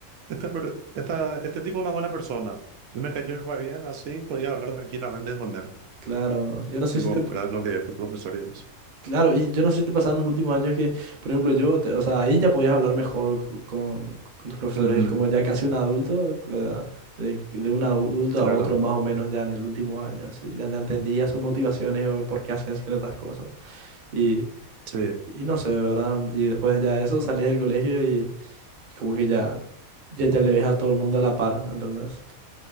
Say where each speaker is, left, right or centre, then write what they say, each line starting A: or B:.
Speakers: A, on the right; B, on the right.
A: este, per- esta- este tipo no es una buena persona. Y me cayó re bien, así podía hablar tranquilamente con él.
B: Claro, yo no sé
A: Tipo,
B: si te...
A: era lo que tus profesores.
B: Claro, y yo no sé si te pasaba en los últimos años que, por ejemplo, yo, te- o sea, ahí ya podías hablar mejor co- con, con tus profesores,
A: Ujú,
B: como ya casi un adulto, ¿verdad? De, de un adulto
A: Claro,
B: a otro más o menos ya en el último año, así, ya, ya entendía sus motivaciones o por qué hacían ciertas cosas. Y,
A: sí,
B: y no sé, ¿verdad? Y después ya de eso salís del colegio y, y como que ya, ya, ya le ves a todo el mundo a la par, ¿entendés?